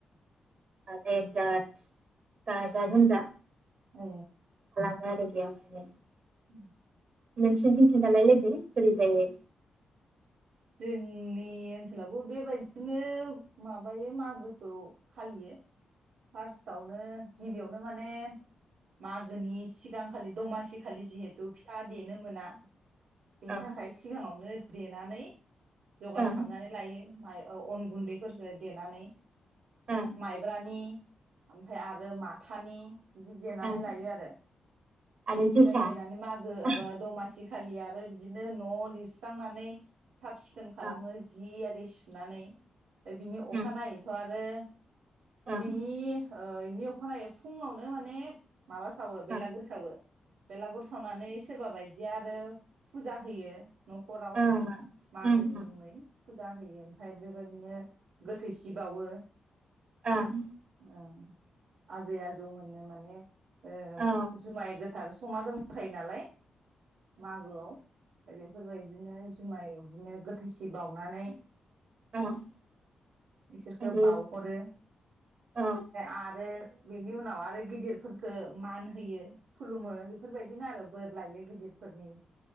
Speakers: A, on the right; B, on the right.
A: आरो <inaudible> गाजा गोमजा
B: औ
A: <inaudible>
B: उम
A: नोंसिनिथिं खिन्थानलाय लोगो बोरै जायो
B: जोंनि ओनसोलावबो बेबायदिनो माबायो मागोखौ फालियो फार्स्टआवनो गिबियावनो माने मागोनि सिगांखालि दमासि खालि जिहेथु फिथा देनो मोना बेनि
A: ओं
B: थाखाय सिगाङावनो देनानै जगार
A: ओं
B: खालामनानै लायो माइ ओ अन गुन्दैफोरखो देनानै
A: ओं
B: माइब्रानि ओमफ्राय आरो माथानि बिदि देनानै
A: ओं
B: लायो आरो
A: आरो
B: ओमफ्राय
A: जोसा
B: देनानै मागो
A: ओं
B: एबा दमासि खालि आरो बिदिनो न' लिरस्रांनानै साफ सिखोन
A: ओं
B: खालामो जि आरि सुनानै बिनि अखानायैथ'
A: ओं
B: आर‌ बो
A: ओं
B: बिनि इनि अखानायै फुङावनो माने माबा सावो बेलागुर
A: ओं
B: सावो बेलागुर सावनानै सोरबा बायदिया आरो फुजा होयो न'खराव
A: ओं
B: मागोनि
A: ओं ओं
B: मुङै फुजा होयो ओमफ्राय बेबायदिनो गोथैसि बावो
A: ओम
B: ओम‌ आजै आजौ मोननो माने ओ
A: औ
B: जुमाय गो सार संना दंखायो नालाय मागोआव बेफोरबायदिनो जुमाय बिदिनो गोथैसि बावनानै
A: <unintelligible>
B: बिसोरखौ
A: आरो
B: बाावहरो
A: औ
B: आरो बेनि उनाव आरो गिदिरफोर फोरखौ मान होयो खुलुमो बेफोरबायदिनो आरो बोर लायो गिदिरफोरनि